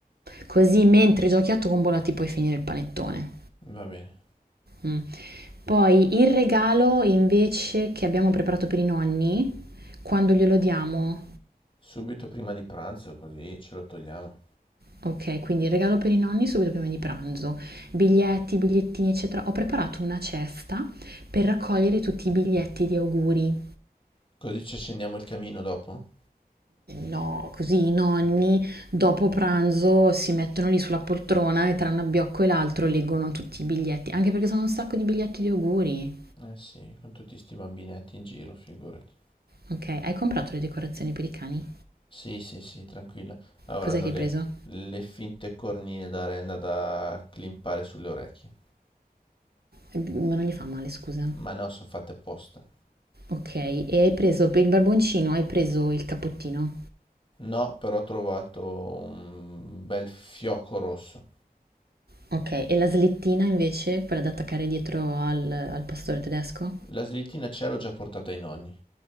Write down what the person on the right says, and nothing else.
Così mentre giochi a tombola ti puoi finire il panettone.
Mm. Poi il regalo invece che abbiamo preparato per i nonni, quando glielo diamo,
ok, quindi il regalo per i nonni subito prima di pranzo, biglietti, bigliettini, eccetera. Ho preparato una cesta per raccogliere tutti i biglietti di auguri.
No, così i nonni dopo pranzo si mettono lì sulla poltrona e tra un abbiocco e l'altro leggono tutti i biglietti, anche perché sono un sacco di biglietti di auguri.
Ok, hai comprato le decorazioni per i cani?
Cos'è che
hai preso?
Ma non gli fa male, scusa.
Okay, e hai preso per il barboncino hai preso il cappottino?
Okay, e la slettina invece, quella da attaccare dietro al al pastore tedesco?